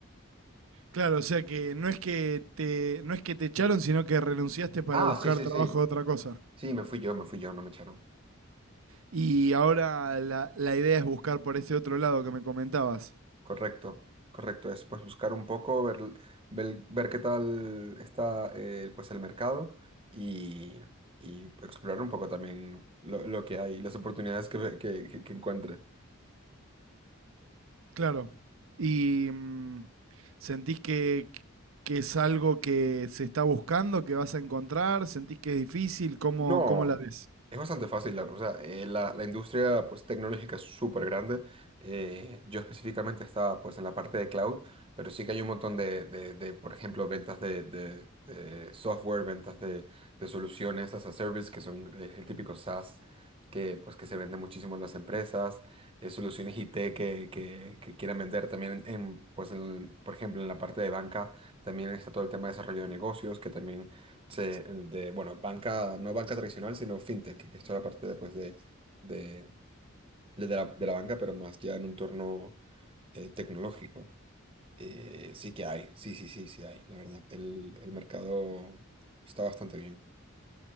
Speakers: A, on the right (about 75°); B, on the right (about 25°).
A: claro, o sea que no es que te, no es que te echaron, sino que renunciaste para
B: Ah,
A: buscar
B: sí, sí,
A: trabajo
B: sí.
A: de otra cosa.
B: Sí, me fui yo, me fui yo, no me echaron.
A: Y ahora la, la idea es buscar por ese otro lado que me comentabas.
B: Correcto, correcto. Es, pues, buscar un poco, ver, ver, ver qué tal está, eh, pues, el mercado y, y explorar un poco también lo, lo que hay, las oportunidades que, ve- que, que que encuentre.
A: Claro. ¿Y mm, sentís que, que es algo que se está buscando, que vas a encontrar? ¿Sentís que es difícil? ¿Cómo,
B: No,
A: cómo la ves?
B: es bastante fácil. la- O sea, eh, la, la industria pues, tecnológica es súper grande. Eh, yo específicamente estaba pues, en la parte de cloud, pero sí que hay un montón de, de- de, por ejemplo, ventas de, de- de software, ventas de, de soluciones as a service, que son eh, el típico SaaS que, pues, que se vende muchísimo en las empresas, eh, soluciones IT que, que, que quieran vender también, en, en, pues, en el- por ejemplo, en la parte de banca. También está todo el tema de desarrollo de negocios, que también Sí, el de, bueno, banca, no banca tradicional, sino fintech, que es toda la parte después de, de, de la, de la banca, pero más ya en un torno eh, tecnológico. Eh, sí que hay, sí, sí, sí, sí hay, la verdad. El, el mercado está bastante bien.